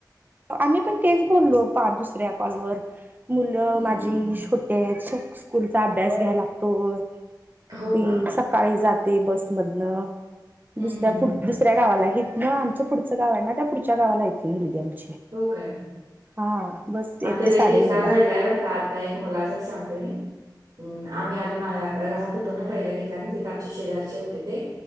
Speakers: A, on the right; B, on the right.
A: आम्ही पण तेच बोललो, पार दुसऱ्या कॉलवर. मुलं
B: हम्म.
A: माझी छोटी आहेत, स्कूलचा अभ्यास घ्याय लागतोय.
B: हो
A: तीऽ
B: का?
A: सकाळी जाते बसमधनं,
B: हं,
A: दुसऱ्या
B: हं, हं.
A: दुसऱ्या गावालाय हि न आमचं पुढंचं गाव आहे ना, त्या पुढच्या गावाला य ती मुलगी आमची.
B: हो काय!
A: हा बस येते
B: आमच्यात
A: साडेनऊ
B: एक किस्सा
A: ला
B: घडलाय बरं का आता एक मुलाचाच सांगते हम्म आम्ही आधी मा राहत होतो ना पहिल्या ठिकाणी तिथे आमचे शेजारचे होते ते